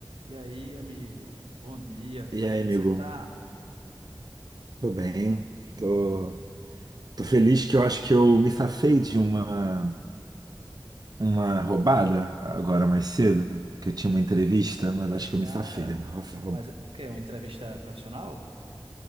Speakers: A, on the right (about 80°); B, on the right (about 45°).
A: E aí, amigo? Bom dia, como
B: E
A: é
B: aí,
A: que você
B: amigo?
A: tá?
B: Tô bem. Tô, tô feliz que eu acho que eu me safei de uma, uma roubada agora mais cedo, que eu tinha uma entrevista, mas acho que eu
A: Cara,
B: me safei. Nossa, roubada.
A: mas o quê? Uma entrevista profissional?